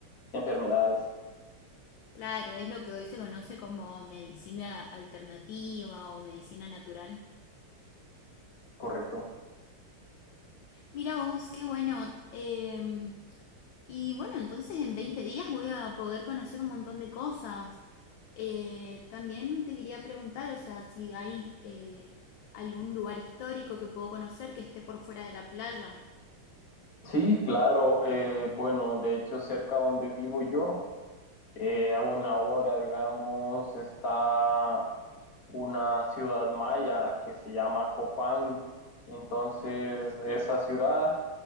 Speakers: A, on the left; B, on the left.
A: enfermedades,
B: Claro, es lo que hoy se conoce como medicina alternativa o medicina natural.
A: ¿correcto?
B: Mira vos, qué bueno. Em, y bueno, entonces en 20 días voy a poder conocer un montón de cosas. Eh, también te quería preguntar, o sea, si hay eh, algún lugar histórico que puedo conocer que esté por fuera de la playa.
A: Sí, claro. eh, bueno, de hecho, cerca donde vivo yo. Eh, a una hora, digamos, está una ciudad maya que se llama Copán. Entonces, esa ciudad,